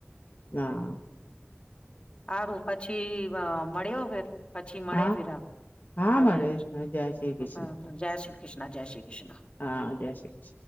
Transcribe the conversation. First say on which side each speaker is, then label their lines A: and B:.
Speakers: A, on the left; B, on the left.
A: હા.
B: હારું પછી વ મળ્યો પછી મળે
A: હા
B: ફિર આ
A: હા
B: આવે,
A: મળે જય શ્રી
B: <unintelligible>
A: કૃષ્ણ
B: જય શ્રી કૃષ્ણ, જય શ્રી કૃષ્ણ.
A: હા જય શ્રી કૃષ્ણ